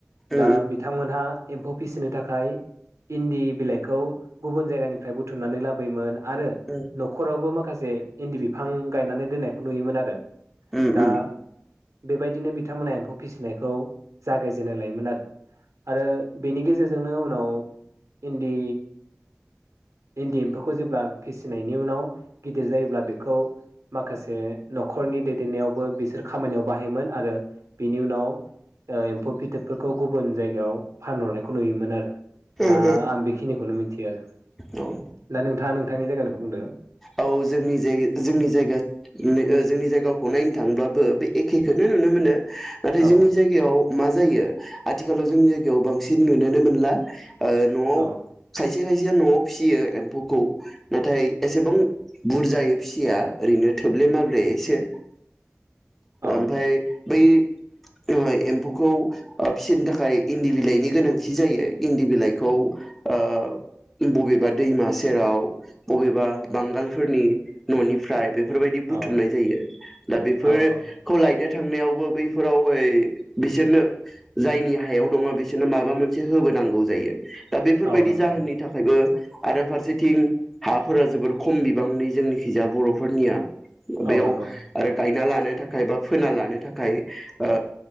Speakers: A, in the centre; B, on the right.
A: उम
B: दा बिथांमोनहा एम्फौ फिसिनो थाखाय इन्दि बिलाइखौ गुबुन जायगानिफ्राय बुथुमनानै लाबोयोमोन। आरो
A: उम
B: न'खरावबो मा खासे इन्दि बिफां गायनानै दोननाय नुयोमोन आरो।
A: उम
B: दा
A: उम
B: बेबायदिनो बिथांमोना एम्फौ फिसिनायखौ जागायजेननाय लायोमोन आरो। आरो बेनि गेजेरजों जोंनो उनाव इन्दि इन्दि एम्फौखौ जेब्ला फिसिनायनि उनाव गिदिर जायोब्ला बेखौ माखासे न'खरनि दैदेननायावबो बिसोर खामानियाव बाहायोमोन आरो बिनि उनाव एम्फौ फिथोबफोरखौ गुबुन जायगायाव फानहरनायखौ नुयोमोन आरो।
A: उम
B: दा
A: उम
B: आं बेखिनिखौनो मिथि थि आरो।
A: उम औ
B: दा नोंथाङा नों नोंथांनि जायगानिखौ बुंदो।
A: औ जोंनि जायगा जोंनि जायगा ओ जोंनि जायगाखौ नायनो थांब्लाबो बे एखेखौनो नुनो मोनो। नाथाय
B: औ
A: जोंनि जायगायाव मा जायो आथिखालाव जोंनि <unintelligible> बांसिन नुनोनो मोनला ओ न'आव
B: औ
A: खायसे खाय <unintelligible> न'आव फिसियो एम्फौखौ नाथाय एसेबां बुरजायै फिसिया ओरैनो थोब्ले माब्ले एसे
B: औ
A: ओमफाय बै <unintelligible> एम्फौखौ ओ फिसिनो थाखाय इन्दि बिलाइनि गोनांथि जायो इन्दि बिलाइखौ ओ बबेबा दैमा सेराव बबेबा बांगालफोरनि न'निफ्राय बे फोरबायदि बुथुमनाय
B: औ
A: जायो दा बेफोर
B: औ औ
A: खौ <unintelligible> थांनायावबो बैफोराव ओइ बिसोरनो जायनि हायाव दङ बिसोरनो माबा मोनसे होबोनांगौ जायो। दा बेफोरबायदि
B: औ नंगौ
A: जाहोननि थाखायबो आरो फारसेथिं हाफोरा जोबोर खम बिबांनि जोंनिखिजा बर'फोरनिया । बेयाव
B: औ नंगौ
A: आरो गाय ना लानो थाखाय बा फोना लानो थाखाय ओ